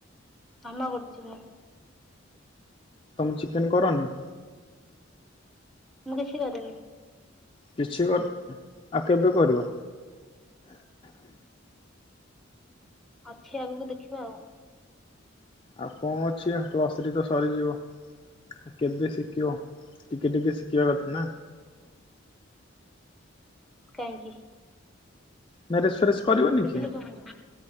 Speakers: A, in the centre; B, on the left.
A: ମାମା କରୁଛି।
B: ତମେ ଚିକେନ କରନି।
A: ମୁଁ କିଛି କରିନି।
B: କିଛି ଗଣ <unintelligible> ଆଉ କେବେ କରିବ?
A: ଅଛି ଆଗକୁ ଦେଖିବା ଆଉ।
B: ଆଉ କଣ ଅଛି ପ୍ଲସ ଥ୍ରୀ ତ ସରିଯିବ। କେବେ ଶିଖିବ ଟିକେ ଟିକେ ଶିଖିବା କଥା ନା।
A: କାଇଁକି।
B: ମ୍ୟାରେଜ ଫ୍ୟାରେଜ କରିବନି
A: ଦେଖିଲେ କଣ ହବ